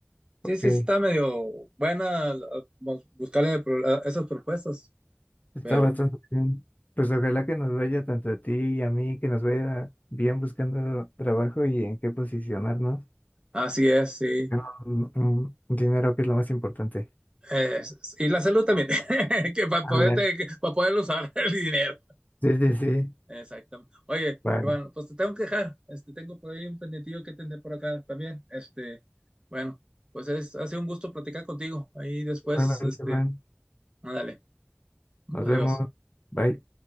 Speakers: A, on the left; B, on the right.
A: Ok.
B: Sí, sí, está medio buena ah, buscarle pro- a esas propuestas,
A: Está
B: pero
A: bastante bien. Pues ojalá que nos vaya tanto a ti y a mí, que nos vaya bien buscando trabajo y en qué posicionarnos.
B: así es, sí.
A: Ganar Un, un dinero que es lo más importante.
B: Eh, y la salud también, <laughs> que para
A: Ah,
B: poder,
A: mira.
B: para poder usar <laughs> el dinero.
A: Sí, sí, sí.
B: Exacto. Oye,
A: Bueno,
B: Iván, pues te tengo que dejar. Este, tengo por ahí un pendientillo que atender por acá también. Este, bueno, pues es, ha sido un gusto platicar contigo. Ahí después,
A: igualmente,
B: este,
A: Juan.
B: ándale,
A: Nos
B: adiós.
A: vemos. Bye.